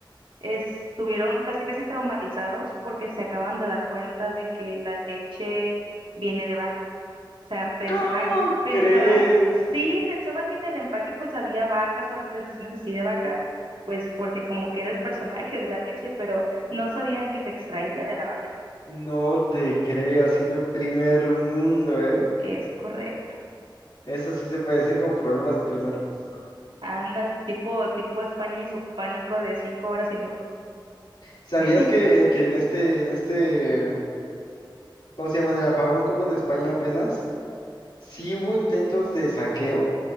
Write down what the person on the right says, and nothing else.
estuvieron casi casi traumatizados porque se acaban de dar cuenta de que la leche viene de vaca. O sea, pensaban,
pensaban,
sí, pensaban que en el empaque pues había vacas o representaciones así de vaca, pues porque como que era el personaje de la leche, pero no sabían que se extraía de la vaca.
Es correcto.
Ándale, tipo, tipo España y su pánico de cinco horas sin luz.
<laughs>